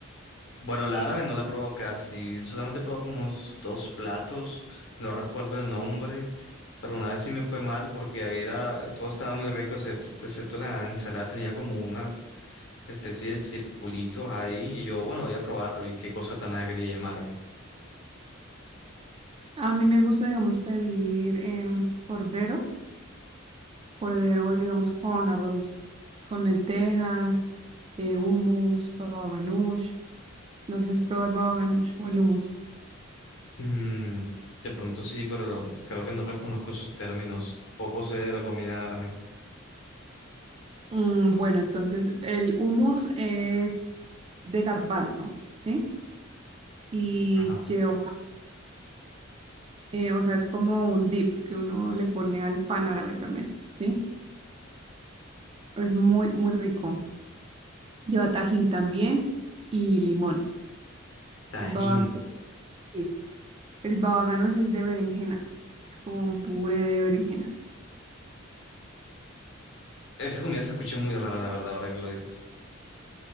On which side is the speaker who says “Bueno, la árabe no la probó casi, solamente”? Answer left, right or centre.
Left